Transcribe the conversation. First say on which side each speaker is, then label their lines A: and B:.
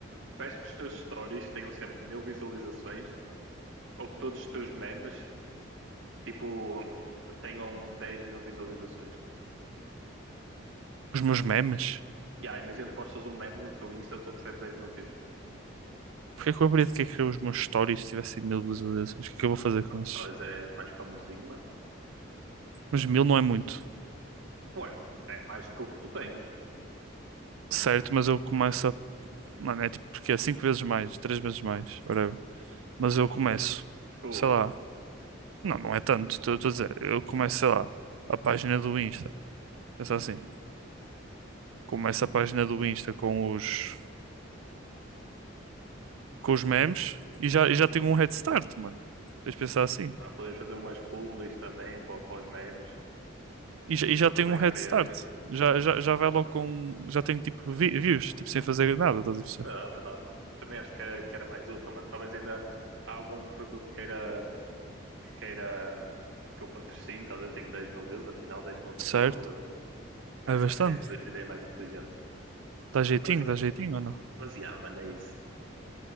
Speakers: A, on the right; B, on the right.
A: Faz que os teus stories tenham sempre mil visualizações, ou que todos os teus memes, tipo, tenham dez mil visualizações.
B: Os meus memes?
A: Yeah, imagina tu postas um meme no teu Insta, tu recebes dez mil views.
B: Porquê que eu haveria de querer criar os meus stories se tivessem mil visualizações? O que é que eu vou fazer
A: Mano,
B: com esses?
A: talvez és mais famosinho, mano.
B: Mas mil não é muito.
A: Ué, é mais que o que tu tens.
B: Certo, mas eu começo a Mano, é tipo, porque é cinco vezes mais, três vezes mais, whatever. Mas eu começo,
A: Desculpa.
B: sei lá, não, não é tanto, estou estou a dizer, eu começo, sei lá, a página do Insta, pensa assim,
A: Hum.
B: começo a página do Insta com os, com os memes e já, e já
A: Uhum.
B: tenho um head start, mano. Tens de pensar assim.
A: Não, podes fazer umas publis também para, para os memes,
B: E já, e já
A: contratar
B: tenho um
A: empresas.
B: head start, já, já, já vai logo com, já tenho tipo vi- views, tipo sem fazer nada, estás a perceber?
A: É é verdade, mano. Também acho que, é, que era mais útil, mano. Talvez ainda há algum produto que queira, que queira que eu patrocine, tá a ver? Tenho 10 mil views, afinal, dez mil pessoas,
B: Certo?
A: tá a ver? Acho
B: É bastante.
A: que seria a inte- ideia mais inteligente.
B: Dá jeitinho,
A: Mas,
B: dá jeitinho ou não?
A: mas, yeah, mano, é isso.